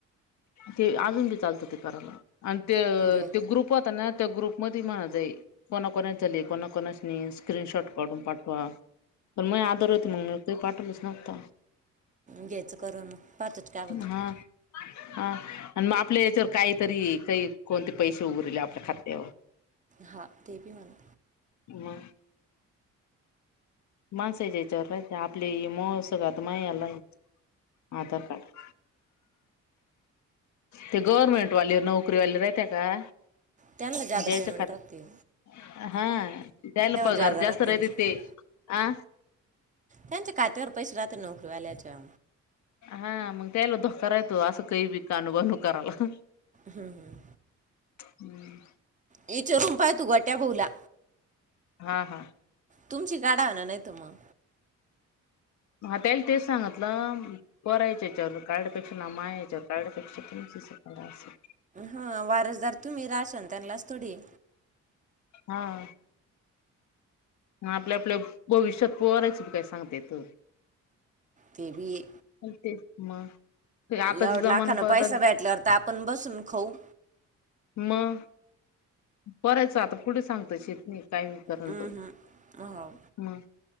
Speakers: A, on the left; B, on the right.
A: ते अजून बी चालतं ते करायला. आणि ते
B: घ्या
A: ते ग्रुप होता ना. त्या ग्रुप मध्ये माझा आहे. कोणाकोणाच नाही. कोणाकोणाच नाही. स्क्रीनशॉट काढून पाठवा. पण मग आदर होते. मग ते पाठवलच नव्हता.
B: घ्यायचं करून मग पाहतोच काय होतं
A: हा हा. आणि मग आपल्या याच्यावर काहीतरी काही कोणते पैसे उरले आपल्या खात्यावर.
B: हा ते बी म्हणा.
A: मग माणसांच्या याच्यावर राहित नाही. आपले मूळ सगळ आता आधार कार्ड. ते गव्हर्नमेंट वाले नोकरीवाले राहते का.
B: त्याना ज्यादा
A: ज्याच्या
B: पेमेंट
A: खात
B: राहती.
A: हा त्याना पगार
B: जादा राहते
A: जास्त राहत
B: त्यांचं
A: ते. आ.
B: त्यांच्या खात्यावर पैसे राहते नोकरीवाल्याच्या.
A: हा मग त्याला धोका राहितो. असं काही बी कानु बानू करायला.
B: हम्म हम्म.
A: हम.
B: विचारून पाय तू गोट्या भाऊला.
A: हा हा.
B: तुमची गाडा म्हणा नाही त मग.
A: हा त्यानी तेच सांग गीतल. पोराच्या याच्यावर कार्डपेक्षा ना, मायाच्यावर काड्यापेक्षास सोप असेल.
B: हा वारसदार तुम्ही राहशील त्यांनलाच थोडी हे.
A: हा. मग आपल्या आपल्या भविष्यात पोराचं बी काय सांगता येत नाही.
B: ते बी
A: अ तेच मग. ते आताची
B: लव
A: जमान
B: लाखान
A: बदल
B: पैसा भेटल्यावर तर आपण बसून खाऊ.
A: मग. करायचं आता. पुढे सांगत शेती काय करिन
B: हम्म
A: ते.
B: हम्म हो
A: हम